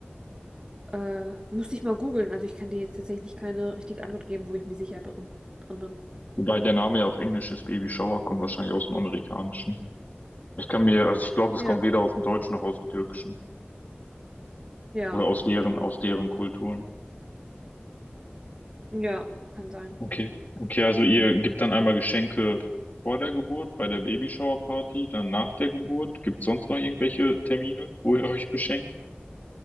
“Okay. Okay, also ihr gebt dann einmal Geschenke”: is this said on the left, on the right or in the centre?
Left